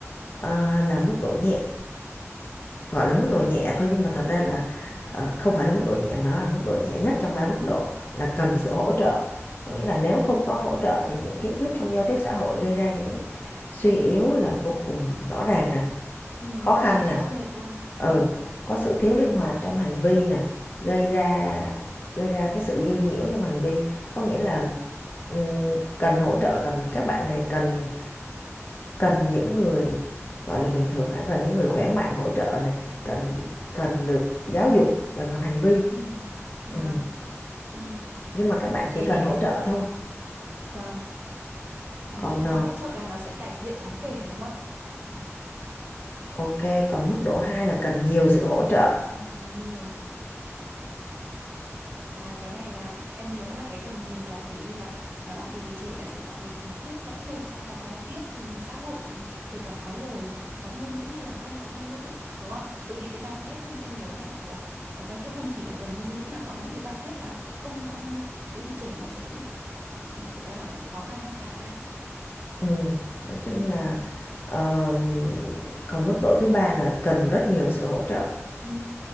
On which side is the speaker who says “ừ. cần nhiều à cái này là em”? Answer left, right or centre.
Right